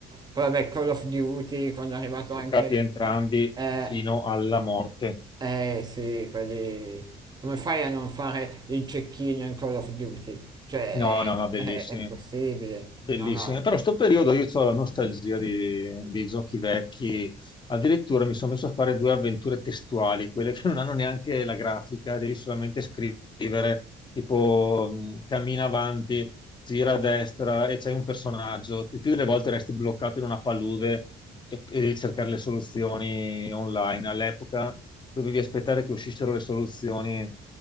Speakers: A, on the right; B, on the left.
A: poi vabbè Call of Duty quando è arrivato
B: Giocati
A: anche
B: entrambi
A: eh,
B: fino alla morte.
A: eh sì, quelli... Come fai a non fare il cecchino in Call of Duty? Cioè,
B: No, no, no, bellissimi.
A: è, è- è impossibile.
B: Bellissime,
A: No, no.
B: però sto periodo io ho la nostalgia di- dei giochi vecchi, addirittura mi sono messo a fare due avventure testuali, quelle che non hanno neanche la grafica, devi solamente scrivere, tipo mh, cammina avanti, gira a destra e c'è un personaggio, il più delle volte resti bloccato in una palude e, e devi cercare le soluzioni online. All'epoca dovevi aspettare che uscissero le soluzioni